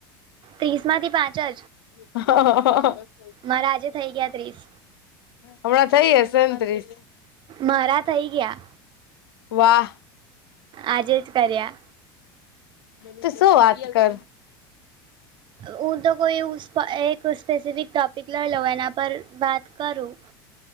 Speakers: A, on the right; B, on the left.
A: ત્રીસ માંથી પાંચ જ.
B: હા હા હા.
A: મારા આજે થઈ ગયા ત્રીસ.
B: હમણાં થઈ હસે ને ત્રીસ.
A: મારા થઇ ગયા.
B: વાહ.
A: આજે જ કર્યા.
B: તું શું વાત કર.
A: હું તો કોઈ એવુ એક સ્પેસિફિક ટોપિક લઈ લેવ એના પર વાત કરું